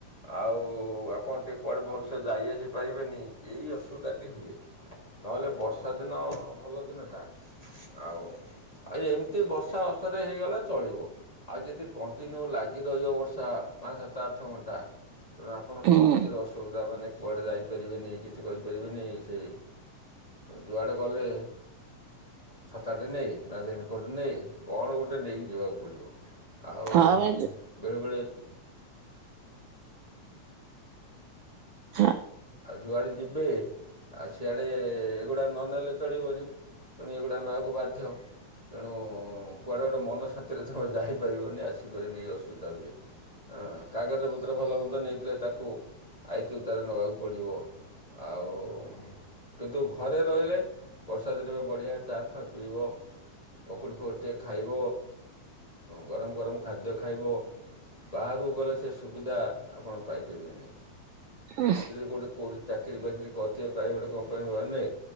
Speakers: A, on the left; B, on the right.
A: ଆଉ ଆପଣ ଟିକେ କୁଆଡ଼େ ଭଲସେ ଯାଇ ଆସିପାରିବେନି ଏଇ ଅସୁବିଧାଟି ହୁଏ। ନହେଲେ ବର୍ଷା ଦିନ ଭଲ ଦିନ ଟା ଆଉ ଆ ଏମତି ଏ ବର୍ଷା ଅସାରେ ହେଇଗଲା ଚଳିବ ଆଉ ଯଦି କଣ୍ଟିନ୍ୟୁ ଲାଗି ରହିବ ବର୍ଷା ପାଞ୍ଚ ସାତ ସାତ ଆଠ ଘଣ୍ଟା ତେଣୁ ଆପଣ
B: ହୁଁ
A: ସବୁଥିରେ ଅସୁବିଧା ମାନେ କୁଆଡ଼େ ଯାଇପାରିବେ। କି କରିପାରିବେ ଆଁ ଯୁଆଡେ ଗଲେ। ଛତାଟେ ନେଇ ନା ରେନକୋଟ ନେଇ କଣ ଗୋଟେ ନେଇକି ଯିବାକୁ ପଡ଼ିବ। ଆଉ
B: ହଁ ବା
A: ବେଳେବେଳେ
B: ହୁଁ।
A: ଆଉ ଯୁଆଡ଼େ ଯିବେ ଆଉ ସିଆଡ଼େ ଏଗୁଡ଼ା ନ ନେଲେ ଚଳିବନି ତେଣୁ ଏଗୁଡ଼ା ନେବାକୁ ବାଧ୍ୟ। ହୁଁ କୁଆଡେ ଗୋଟେ ମନସ୍ଥାନ୍ତିରେ ଯାଇପାରିବନି ଆଜ୍ଞା। ହଁ କାଗଜ ପତ୍ର ଭଲ ମନ୍ଦ ନେଇଥିଲେ ତାକୁ ଆଇତି ଉତାରେ ନେବାକୁ ପଡ଼ିବ ଆଉ କିନ୍ତୁ ଘରେ ରହିଲେ ବର୍ଷା ଦିନରେ ବଢ଼ିଆ ଚାଫା ପିଇବ। ପକୁଡ଼ି ଫକୁଡ଼ି ଟେ ଖାଇବ ଗରମ ଗରମ ଖାଦ୍ୟ ଖାଇବ। ବାହାରକୁ ଗଲେ ସେ ସୁବିଧା ଆପଣ ପାଇପାରିବେନି।
B: ହୁଁ।
A: କେଉଁଠି କେଉଁଠି ଚାକିରି ଫାକିରି କରିଥିବେ ପ୍ରାଇଭେଟ୍ କମ୍ପାନୀ ମାନେ